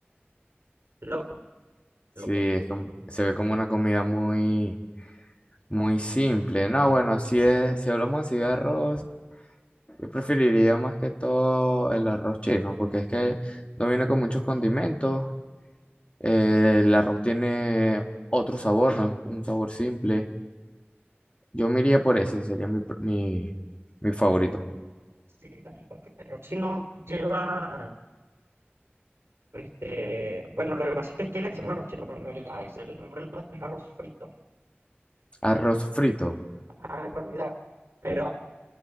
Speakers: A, on the right; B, on the left.
A: loco,
B: Sí,
A: loco.
B: es como, se ve como una comida muy, muy simple. No, bueno, si es, si hablamos así de arroz, yo preferiría más que todo el arroz chino, porque es que no viene con muchos condimentos. eh, el arroz tiene otro sabor, ¿no? Un sabor simple. Yo me iría por ese, sería mi, pr- mi, mi favorito.
A: Sí, también porque el arroz chino lleva Este, bueno, lo que pasa es que aquí le decimos arroz chino, pero en realidad ese es el nombre del plato es arroz frito.
B: Arroz frito.
A: Ajá, en realidad. Pero